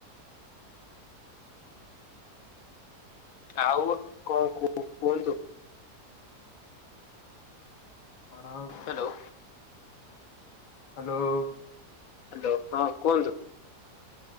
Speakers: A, on the left (about 65°); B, on the left (about 85°).
A: ଆଉ କଣ କୁ କୁହନ୍ତୁ?
B: ହଣ <unintelligible>
A: ହ୍ୟାଲୋ।
B: ହ୍ୟାଲୋ।
A: ହ୍ୟାଲୋ ହଁ କୁହନ୍ତୁ?